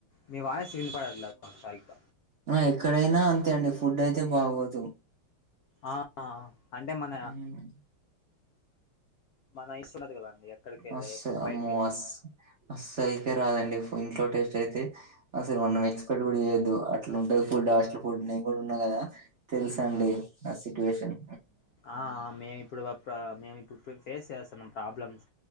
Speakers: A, on the left; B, on the right.
A: నీ వాయిస్ ఇన్పడలే బ్రో సరిగ్గ
B: ఆ ఎక్కడైన అంతే అండి ఫుడ్ అయితే బాగోదు
A: ఆ అంటే మన
B: ఉహు.
A: మన <unintelligible>
B: మస్స్ అమ్మో
A: బయటికి వెళ్ళినాక
B: అస్ అస్సల్కే రాదండి ఫు ఇంట్లో టేస్టైతే అస్సలు మనం
A: ఉమ్
B: ఎ క్సపెక్ట్ చెయొద్దు అట్లుంటది ఫుడ్ హాస్టల్ ఫుడ్ నేను గూడ ఉన్నా కదా తెల్సండి
A: ఆ
B: నా సిట్యువేషన్
A: ఆమే ఇప్పుడు వ ప్పా మేమిప్పుడు ఫేస్ చేస్సున్నాం ప్రాబ్లమ్స్